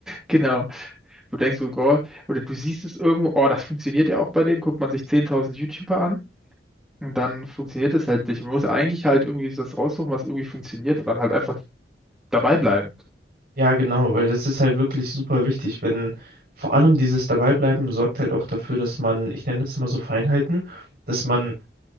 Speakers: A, in the centre; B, on the right (about 60°).
A: Genau. Du denkst, so, oh, oder du siehst es irgendwo, oh, das funktioniert ja auch bei dem, guckt man sich 10.000 YouTuber an und dann funktioniert es halt nicht. Man muss eigentlich halt irgendwie das raussuchen, was irgendwie funktioniert und dann halt einfach dabei bleiben.
B: Ja, genau, weil das ist halt wirklich super wichtig, wenn vor allem dieses Dabeibleiben sorgt halt auch dafür, dass man, ich nenne das immer so Feinheiten, dass man